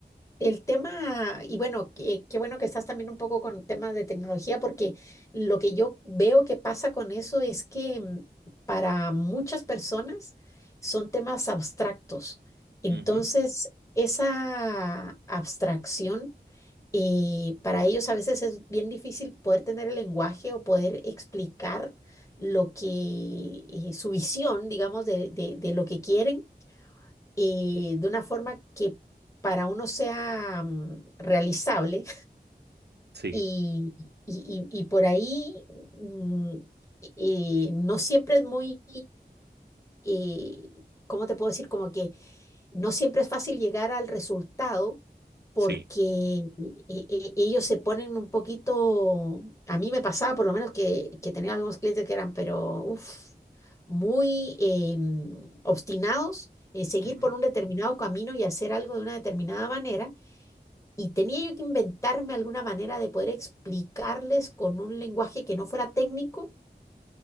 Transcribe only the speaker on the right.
Ujú,
Sí,
sí.
Ujú,